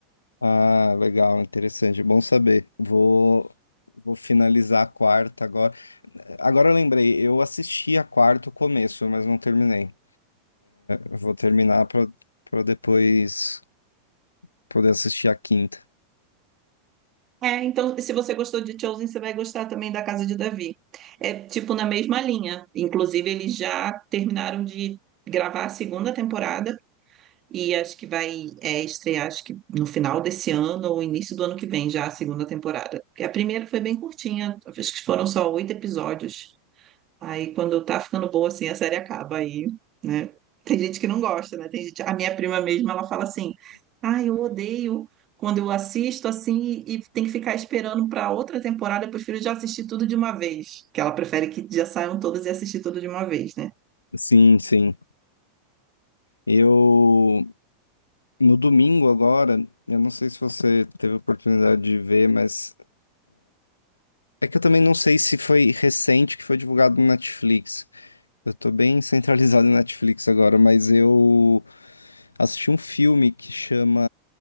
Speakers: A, on the left; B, on the right.
A: Ah, legal, interessante, bom saber. Vou, vou finalizar a quarta agora. Agora eu lembrei, eu assisti a quarta o começo, mas não terminei. Eu Vou terminar para para depois poder assistir a quinta.
B: É, então, se você gostou de Chosen, você vai gostar também da Casa de Davi. É tipo na mesma linha. Inclusive, eles já terminaram de gravar a segunda temporada e acho que vai é, estrear, acho que no final desse ano ou início do ano que vem, já a segunda temporada. Porque a primeira foi bem curtinha, acho que foram só oito episódios. Aí quando tá ficando boa assim, a série acaba aí, né? Tem gente que não gosta, né? Tem gente, a minha prima mesmo, ela fala assim: "Ah, eu odeio quando eu assisto assim e, e tem que ficar esperando para outra temporada, eu prefiro já assistir tudo de uma vez", que ela prefere que já saiam todas e assistir tudo de uma vez, né?
A: Sim, sim. Eu No domingo agora, eu não sei se você teve a oportunidade de ver, mas é que eu também não sei se foi recente que foi divulgado no Netflix. Eu tô bem <laughs> centralizado no Netflix agora, mas eu assisti um filme que chama